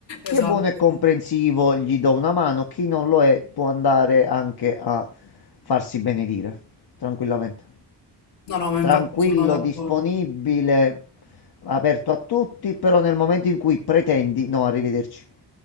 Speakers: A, on the left; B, on the left.
A: Chi
B: esatto.
A: è buono e comprensivo gli do una mano, chi non lo è può andare anche a farsi benedire, tranquillamente.
B: No, no, ma infatti
A: Tranquillo,
B: sono d'accordo.
A: disponibile, aperto a tutti, però nel momento in cui pretendi, no, arrivederci,